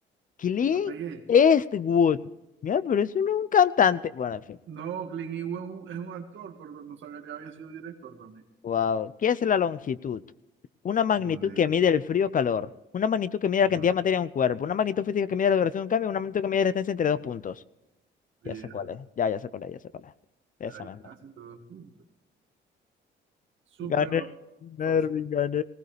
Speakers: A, on the left (about 40°); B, on the right (about 70°).
A: Clint
B: la pegué.
A: Eastwood. Mira, pero eso no es un un cantante. Bueno, en fin.
B: No, Clint Eastwood es un, es un actor, pero no sabía que había sido director también.
A: Wow. ¿Qué es la longitud? Una magnitud
B: Mondego.
A: que mide el frío o calor. Una magnitud que mide
B: No,
A: la cantidad de materia en un cuerpo. Una magnitud física que mide la duración de un cambio. Una magnitud que mide la distancia entre dos puntos.
B: oye,
A: Ya sé cuál es. Ya, ya sé cuál es, ya sé cuál es. Esa
B: la distancia
A: misma.
B: entre dos puntos. Súper
A: Gané,
B: va-
A: Mervin,
B: fácil.
A: gané.